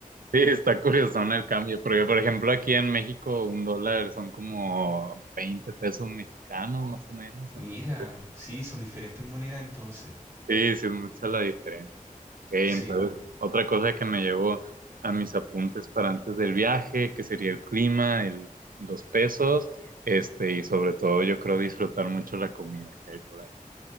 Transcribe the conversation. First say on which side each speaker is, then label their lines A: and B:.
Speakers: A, on the right; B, on the right.
A: Sí, está curioso ¿no? el cambio, porque por ejemplo aquí en México un dólar son como 20 pesos mexicanos más o menos,
B: <laughs> Mira,
A: entonces
B: sí, son diferentes monedas entonces.
A: sí, sí es mucha la diferencia. Ok, entonces,
B: Sí.
A: otra cosa que me llevó a mis apuntes para antes del viaje, que sería el clima, el- los pesos, este, y sobre todo yo creo disfrutar mucho la comida que hay por ahí.